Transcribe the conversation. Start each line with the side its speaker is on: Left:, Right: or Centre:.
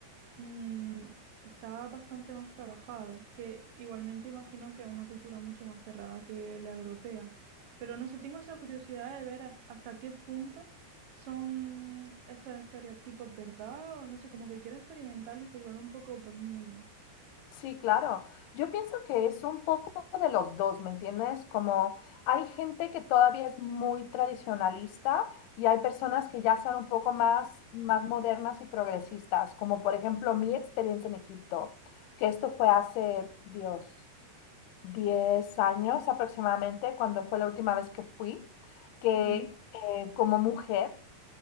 Right: mm, está bastante más trabajado, que igualmente imagino que es una cultura mucho más cerrada que la europea. Pero no sé, tengo esa curiosidad de ver has- hasta qué punto son estos estereotipos verdad, o no sé, como que quiero experimentar y jugar un poco por mí misma.
Left: Sí, claro. Yo pienso que es un poco de los dos, ¿me entiendes? Como hay gente que todavía es muy tradicionalista y hay personas que ya son un poco más, más modernas y progresistas, como por ejemplo mi experiencia en Egipto, que esto fue hace, Dios, 10 años aproximadamente, cuando fue la última vez que fui, que
Right: Mm,
Left: eh, como mujer